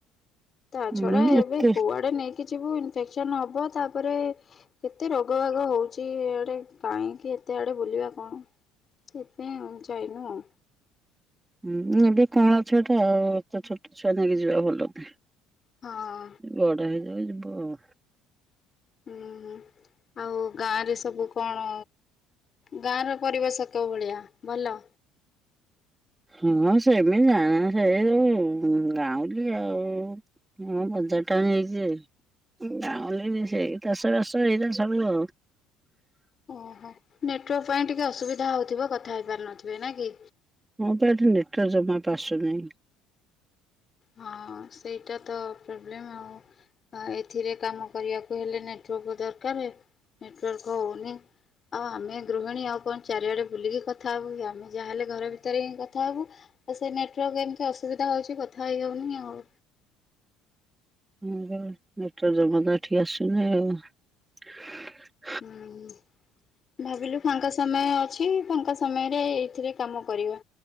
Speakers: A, on the left; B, on the right.
A: ତା
B: ହୁଁ
A: ଛଡା ଏବେ
B: ଏତେ
A: କୁଆଡେ ନେଇକି ଯିବୁ ଇନଫେକ୍ସନ ହବ ତାପରେ। କେତେ ରୋଗବାଗ ହଉଛି ଇଆଡେ କାହିଁକି ଏତେ ଆଡେ ବୁଲିବା କଣ। ସେଇଥି ପାଇଁ ଆଉ ଯାଇନୁ ଆଉ।
B: ହୁଁ ଏବେ କଅଁଳା ଛୁଆଟା ଆଉ ଏତେ ଛୋଟ ଛୁଆ ନେଇକି ଯିବା ଭଲନୁହେଁ।
A: ହଁ।
B: ବଡ ହେଇଯାଉ ଯିବ ଆଉ।
A: ହୁଁ ଆଉ ଗାଁ ରେ ସବୁ କଣ ଗାଁ ର ପରିବେଶ। କୋଉ ଭଳିଆ ଭଲ।
B: ହଁ ସେମିତି ଜା ସେ ଯୋଉ ଗାଉଁଲି ଆଉ। କି ହଁ ବଜାର ଟାଉନ ହେଇଛି ଯେ ଗାଁଉଳି ସେଇ ଚାଷ ବାସ ହେଇରା ସବୁ ଆଉ।
A: ଓହୋ ନେଟୱାର୍କ ପାଇଁ ଟିକେ ଅସୁବିଧା ହଉଥିବ କଥା ହେଇପାରୁ ନଥିବେ ନା କି।
B: ହଁ ବା ଏଠି ନେଟୱର୍କ ଜମା ପା ଆସୁନାହିଁ।
A: ହଁ ସେଇଟା ତ ପ୍ରୋବ୍ଲେମ୍ ଆଉ। ହଁ ଏଥିରେ କାମ କରିବାକୁ ହେଲେ ନେଟୱାର୍କ ଦରକାର ନେଟୱାର୍କ ହଉନି। ଆଉ ଆମେ ଗୃହିଣୀ ଆଉ କଣ ଚାରିଆଡେ ବୁଲିକି କଥା ହବୁ କି ଆମେ ଯାହାହେଲେ ଘର ଭିତରେ ହିଁ କଥା ହବୁ। ଆଉ ସେ ନେଟୱାର୍କ ଏମିତି ଅସୁବିଧା ହଉଛି କଥା ହେଇ ହଉନି ଆଉ।
B: ହୁଁ ବା ନେଟୱର୍କ ଜମା ତ ଏଠିକି ଆସୁନି ଆଉ।
A: ହୁଁ ଭାବିଲୁ ଫାଙ୍କା ସମୟ ଅଛି ଫାଙ୍କା ସମୟରେ ଏଇଥିରେ କାମ କରିବା